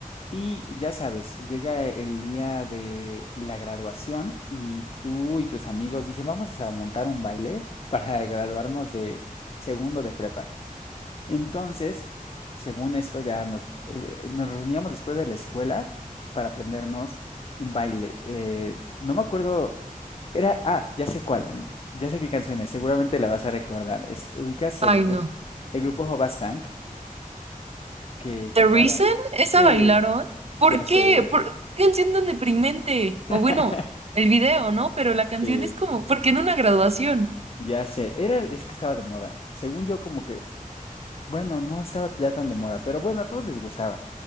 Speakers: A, on the left (about 40°); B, on the right (about 45°).
A: Y ya sabes, llega el día de la graduación y tú y tus amigos dicen, vamos a montar un baile para graduarnos de segundo de prepa. Entonces, según esto, ya nos, eh, nos reuníamos después de la escuela para aprendernos un baile. Eh, no me acuerdo, era, ah, ya sé cuál, ya sé qué canciones, seguramente la vas a recordar. Es- ubicas
B: Ay,
A: el grupo,
B: no.
A: el grupo Hobastank que cantaba.
B: The Reason, esa
A: Sí,
B: bailaron. ¿Por
A: ya
B: qué?
A: sé.
B: ¿Por qué canción tan deprimente? O
A: <laughs>
B: bueno, el video, ¿no? Pero la
A: Sí,
B: canción es como, ¿por qué en una graduación?
A: ya sé. Era, es que estaba de moda. Según yo, como que Bueno, no estaba ya tan de moda, pero bueno, a todos les gustaba.